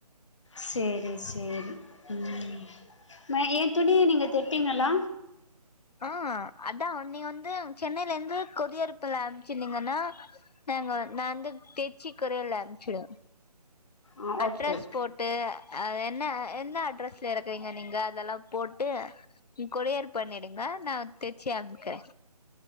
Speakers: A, on the left; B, on the left.
A: சேரி சேரி உம் நா எ துணிய நீங்க தெப்பீங்களா
B: ஆஹ் அதா நீங்க வந்து சென்னையில இருந்து கொதியறுப்புல அம்ச்சிருந்தீங்கன்னா நாங்க நா வந்து தெச்சி கொரியர்ல்ல அமுச்சுடுவே
A: ஆ
B: அட்ரஸ்
A: ஓகே
B: போட்டு என்ன எந்த அட்ரஸ்ல இருக்குறீங்க நீங்க அதெல்லா போட்டு கொரியர் பண்ணிடுங்க நா தச்சு அமுக்குறே